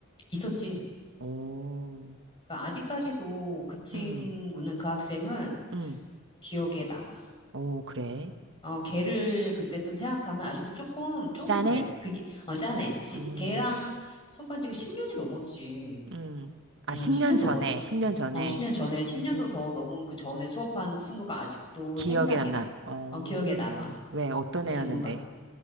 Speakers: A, on the left; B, on the right.
A: 있었지.
B: 오,
A: 그러니까 아직까지도 그 친구는
B: 음,
A: 그 학생은
B: 음,
A: 기억에 남아.
B: 오, 그래.
A: 어, 걔를 그때 좀 생각하면 아직도 조금, 조금
B: 짠해?
A: 그래. 그게, 어, 짠해. 지,
B: 음,
A: 걔랑 수업한 지가 10년이 넘었지.
B: 음. 아,
A: 응,
B: 10년
A: 10년 넘었지.
B: 전에, 십 년 전에.
A: 어, 10년 전에, 10년도
B: 음,
A: 더 넘은 그 전에 수업한 친구가 아직도
B: 기억에
A: 생각이
B: 남나.
A: 나.
B: 어,
A: 어, 기억에 남아.
B: 왜, 어떤
A: 그 친구가.
B: 애였는데?